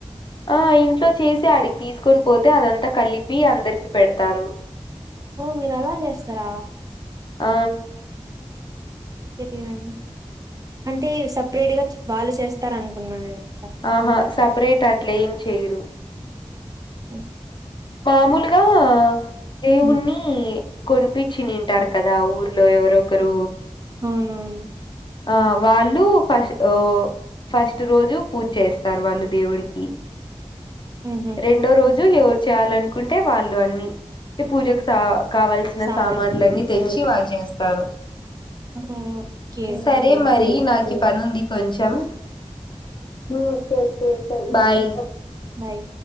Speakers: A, on the left; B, on the right.
A: ఆ ఇంట్లో చేసి అడి తీసుకున్. పోతే అదంతా కలిపి అందరికి పెడతారు.
B: ఓ మీరు అలా చేస్తారా.
A: ఆ.
B: ఎటుగననీ అంటే సపరేట్ గా వాళ్ళు చేస్తార అనుకున్నా నేను. ఇంకా
A: ఆహా సపరేట్ అట్లేం చేయరు.
B: అ
A: మామూలుగా దేవుని.
B: హ్మ్.
A: కొనిపించి తింటారు కదా ఊర్లో ఎవరొకరు.
B: అవునవును.
A: ఆ వాళ్ళు ఫస్ ఓ. ఫస్ట్ రోజు పూజ చేస్తారు వాళ్ళు దేవుడికి.
B: ఉహు
A: రెండో రోజు ఎవరు చేయాలనుకుంటే వాళ్లు అన్ని పూజకు స. కావలసిన
B: సామాన్
A: సామాన్లన్నీ తెచ్చి వాళ్ళు చేస్తారు.
B: ఓకే
A: సరే
B: ఓకే
A: మరి నాకి పని ఉంది కొంచెం. Um okay okay bye.
B: Bye